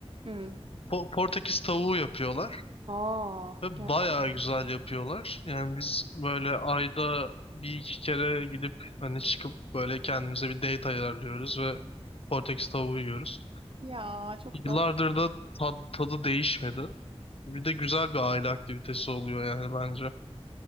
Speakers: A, on the right (about 55°); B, on the left (about 60°).
A: Hmm.
B: Po- Portekiz tavuğu yapıyorlar.
A: Aa,
B: Ve bayağı
A: gerçekten.
B: güzel yapıyorlar. Yani biz böyle ayda bir iki kere gidip hani çıkıp böyle kendimize bir date ayarlıyoruz ve Portekiz tavuğu yiyoruz.
A: Ya çok
B: Yıllardır
A: tatlı.
B: da tad- tadı değişmedi. Bir de güzel bir aile aktivitesi oluyor yani bence.